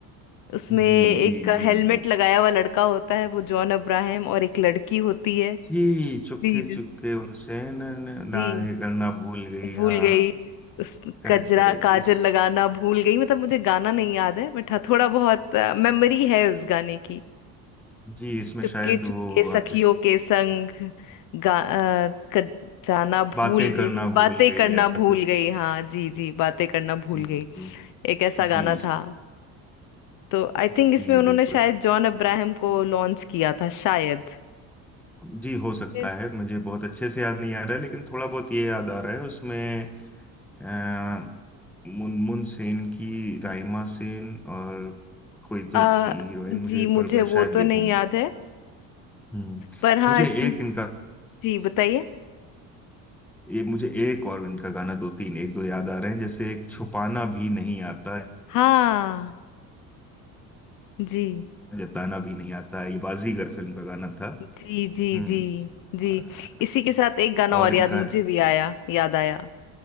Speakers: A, on the left; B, in the centre.
A: उसमें एक
B: जी जी जी
A: हेलमेट
B: जी
A: लगाया हुआ लड़का होता है वो जॉन अब्राहम और एक लड़की होती है
B: जी चुपके
A: जी
B: चुपके उनसे न, न, ना
A: जी
B: ये करना भूल गई
A: भूल
B: हाँ
A: गई उस
B: Correct
A: कजरा
B: correct
A: काजल
B: इस
A: लगाना भूल गई मतलब मुझे गाना नहीं याद है बट हाँ थोड़ा बहुत मेमोरी है उस गाने की
B: जी इसमें
A: चुपके
B: शायद वो
A: चुपके सखियों
B: आप जिस
A: के संग गा, अ, क- जाना भूल
B: बातें करना
A: गई
B: भूल
A: बातें
B: गई
A: करना
B: ऐसा
A: भूल
B: कुछ
A: गई हाँ जी जी बातें करना भूल
B: जी
A: गई
B: जी
A: एक ऐसा गाना
B: जी
A: था तो आई थिंक
B: जी
A: इसमें उन्होंने
B: बिल्कुल
A: शायद जॉन अब्राहम को लॉन्च किया था शायद
B: जी हो सकता
A: फिर,
B: है मुझे बहुत अच्छे से याद नहीं आ रहा है लेकिन थोड़ा बहुत ये याद आ रहा है उसमें अ, मुनमुन सेन की राइमा सेन और कोई तो
A: अ,
B: थी हीरोइन
A: जी
B: मुझे
A: मुझे
B: पर मैं
A: वो
B: शायद
A: तो
B: देखूं
A: नहीं याद है
B: हम्म
A: पर हाँ
B: मुझे
A: इसमें
B: एक इनका
A: जी बताइए
B: ये मुझे एक और इनका गाना दो तीन एक दो याद आ रहे हैं जैसे एक छुपाना भी नहीं आता
A: हाँ जी
B: जताना भी नहीं आता ये बाजीगर फिल्म का गाना था
A: जी जी
B: हम्म
A: जी जी
B: अ,
A: इसी के साथ एक गाना
B: और
A: और
B: इनका
A: याद मुझे भी आया याद आया